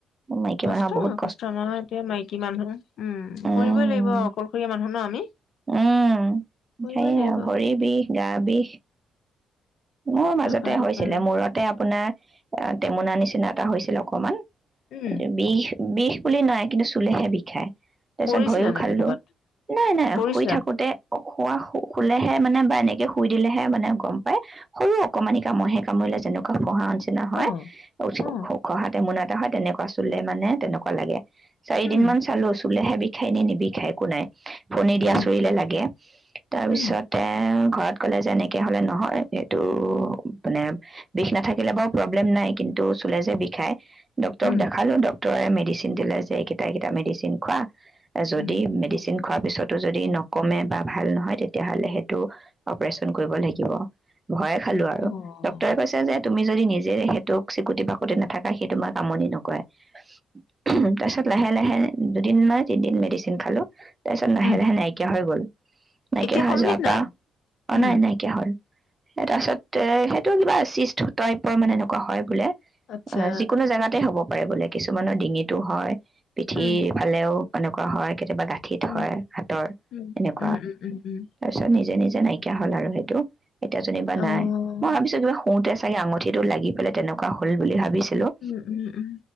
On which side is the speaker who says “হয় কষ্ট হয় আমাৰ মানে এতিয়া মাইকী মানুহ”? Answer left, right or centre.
Left